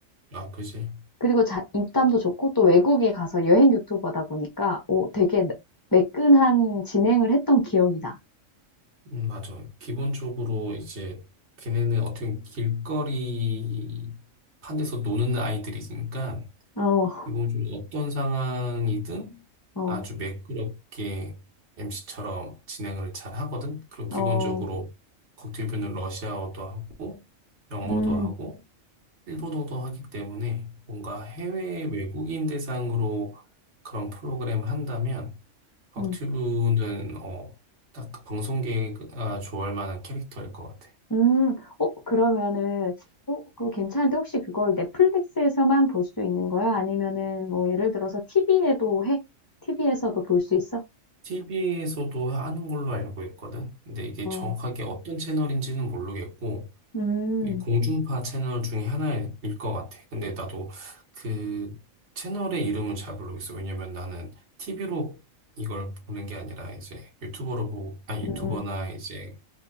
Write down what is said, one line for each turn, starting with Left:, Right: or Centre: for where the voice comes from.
Right: 아, 그지?
Left: 그리고 자, 입담도 좋고 또 외국에 가서 여행 유튜버다 보니까 어 되게 매끈한 진행을 했던 기억이 나.
Right: 음, 맞아. 기본적으로 이제 걔네는 어떻게 보면 길거리 판에서 노는 아이들이니까
Left: 어,
Right: 기본적으로 어떤 상황이든
Left: 어,
Right: 아주 매끄럽게 MC처럼 진행을 잘 하거든. 그리고 기본적으로
Left: 어,
Right: 국제표는 러시아어도 하고 영어도
Left: 음,
Right: 하고 일본어도 하기 때문에 뭔가 해외 외국인 대상으로 그런 프로그램을 한다면 곽튜브는
Left: 음.
Right: 어, 딱그 방송계가 좋아할 만한 캐릭터일 것 같아.
Left: 음. 어 그러면은 어 그거 괜찮은데 혹시 그걸 넷플릭스에서만 볼 수 있는 거야? 아니면은 뭐 예를 들어서 TV에도 해? TV에서도 볼 수 있어?
Right: TV에서도 하는 걸로 알고 있거든. 근데 이게
Left: 어.
Right: 정확하게 어떤 채널인지는 모르겠고
Left: 음.
Right: 이게 공중파 채널 중에 하나일 것 같아. 근데 나도 그 채널의 이름은 잘 모르겠어. 왜냐면 나는 TV로 이걸 보는 게 아니라 이제 유튜버로 보고, 아니 유튜버나
Left: 음.
Right: 이제